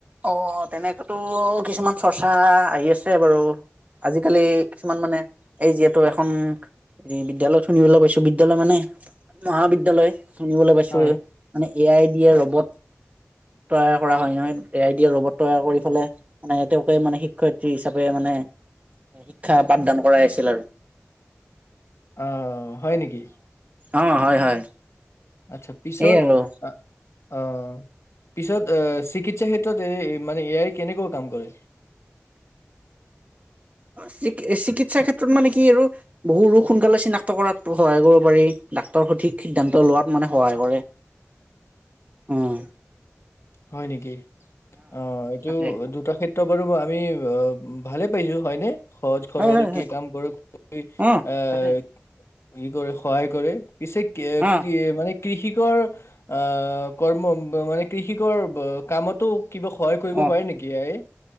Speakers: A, on the right; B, on the left.
A: অ তেনেকাতো কিছুমান চৰ্চা আহি আছে বাৰু আজিকালি কিছুমান মানে এই যিহেতু এখন হেৰি বিদ্যালয় শুনিবলৈ পাইছো বিদ্যালয় মানে মহাবিদ্যালয় শুনিবলৈ পাইছোঁ
B: হয়
A: মানে এ আই ডি এৰ ৰবত প্ৰায় কৰা হয় নহয় এ আই দিয়া ৰবত তৈয়াৰ কৰি পেলে মানে তেওঁলোকে মানে শিক্ষয়িত্ৰী হিচাপে মানে শিক্ষা পাঠদান কৰাই আছিল আৰু
B: আহ হয় নেকি
A: অঁ হয় হয়
B: আচ্ছা পিছত
A: এই আৰু
B: আ অ পিছত আ চিকিৎসা ক্ষেত্ৰত এ মানে এ আয়ে কেনেকুৱা কাম কৰে
A: চি চিকিৎসাৰ ক্ষেত্ৰত মানে কি আৰু বহু ৰোগ সোনকালে চিনাক্ত কৰাত সহায় কৰিব পাৰি ডাক্তৰ সঠিক সিদ্ধান্ত লোৱাত মানে সহায় কৰে উম
B: হয় নেকি অ এইটো
A: তাকে
B: দুটা ক্ষেত আমি ভালে পাইছোঁ হয়নে সহজ সৰল
A: হয় হয়
B: কি
A: হয়
B: কাম কৰে খ
A: অ
B: আহ
A: তাকে
B: ই কৰে সহায় কৰে পিছে কে
A: অ
B: কি মানে কৃষিকৰ আহ কৰ্ম মানে কৃষি কৃষিকৰ কামতো কিবা সহায় কৰিব
A: অ
B: পাৰে নেকি এ আই